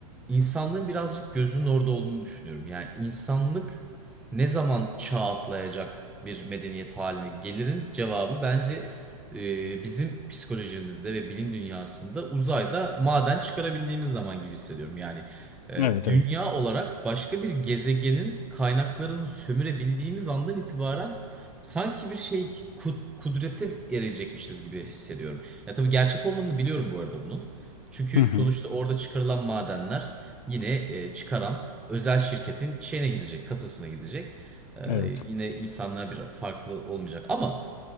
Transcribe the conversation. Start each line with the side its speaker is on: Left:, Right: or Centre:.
Centre: insanlığın birazcık gözünün orada olduğunu düşünüyorum. Yani insanlık ne zaman çağ atlayacak bir medeniyet haline gelirin cevabı bence e, bizim psikolojimizde ve bilim dünyasında uzayda maden çıkarabildiğimiz zaman gibi hissediyorum. Yani e,
Left: evet,
Centre: dünya
Left: evet,
Centre: olarak başka bir gezegenin kaynaklarını sömürebildiğimiz andan itibaren sanki bir şey ku- kudrete erecekmişiz gibi hissediyorum. Ya tabii gerçek olmadığını biliyorum bu arada bunun. Çünkü
Left: Hı hı,
Centre: sonuçta orada çıkarılan madenler yine e, çıkaran özel şirketin şeyine gidecek, kasasına gidecek. Ee,
Left: evet.
Centre: yine insanlar bir farklı olmayacak. Ama